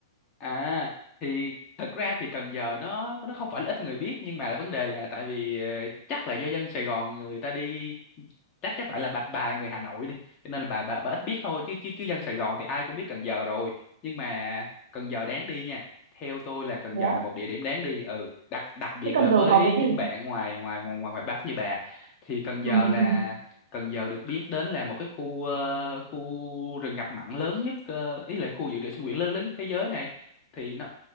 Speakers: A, on the left; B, on the right.
A: à thì thật ra thì Cần Giờ nó nó không phải là ít người biết nhưng mà vấn đề là tại vì ờ, chắc là do dân Sài Gòn người ta đi chắc chắc tại là bà bà là người Hà Nội đi cho nên là bà bà bà ít biết thôi chứ chứ chứ dân Sài Gòn thì ai cũng biết Cần Giờ rồi nhưng mà Cần Giờ đáng đi nha theo tôi là Cần
B: Thế
A: Giờ là
B: á?
A: một địa điểm đáng đi ừ đặc đặc biệt
B: Thế Cần
A: là
B: Giờ
A: với
B: có cái
A: những
B: gì?
A: bạn ngoài ngoài ngoài ngoài ngoài Bắc như bà thì Cần
B: Ừ,
A: Giờ là
B: ừ.
A: Cần Giờ được biết đến là một cái khu ờ, khu rừng ngập mặn lớn nhất ờ, ý là khu dự trữ sinh quyển lớn lớn nhất thế giới này thì nó